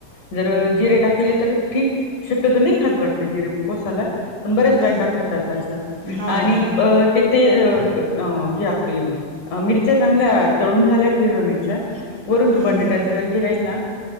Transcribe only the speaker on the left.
जर जिरे टाक तर ठीक शक्यतो नाही खात वाटत जिरे उपवासाला पण बरच
बायका खातातं असं
आणि तिथे ही आपली मिरच्या चांगल्या तळून झाल्या हिरव्या मिरच्या वरून तू
बटाट्याच हे राहील ना